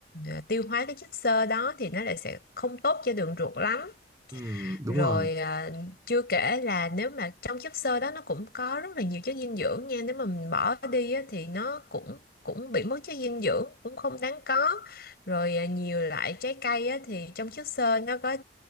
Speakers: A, on the left; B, on the right.
A: ờ, tiêu hóa cái chất xơ đó thì nó lại sẽ không tốt cho đường ruột lắm
B: ừ
A: rồi
B: đúng rồi
A: à, chưa kể là nếu mà trong chất xơ đó nó cũng có rất là nhiều chất dinh dưỡng nha Nếu mà mình bỏ đi á, thì nó cũng cũng bị mất chất dinh dưỡng cũng không đáng có rồi à, nhiều loại trái cây á, thì trong chất xơ nó có